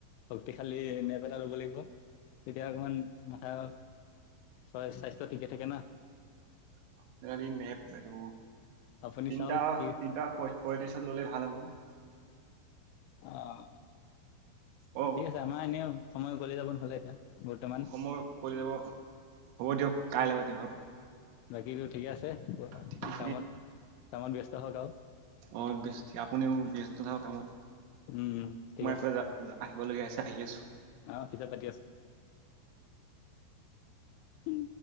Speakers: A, on the left; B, on the right.
A: শক্তিশালী <unintelligible> এটা ল'ব লাগিব। তেতিয়া অকমান মাথা, চা-স্বাস্থ্য ঠিকে থাকে না?
B: <unintelligible> তিনিটা, তিনিটা পই
A: আপুনি চাওক
B: পঁইত্ৰিছত
A: কি
B: ল'লে ভাল হ'ব।
A: অ',
B: অ
A: ঠিক আছে। আমাৰ এনেও সময় উকলি যাব নহ'লে এতিয়া। বৰ্তমান
B: সময় উকলি যাব, হ'ব দিয়ক কাইলৈ পাতিম আৰু।
A: বাকীটো ঠিকে আছে?
B: ঠিকেই
A: কামত, কামত ব্যস্ত হওঁক আৰু।
B: অ', ব আপুনিও ব্যস্ত থাকক কামত
A: উম ঠিক
B: মই
A: আছে
B: এফালে যা আহিবলগীয়া আছে আহি আছোঁ।
A: অ', পিছত পাতি আছোঁ। উম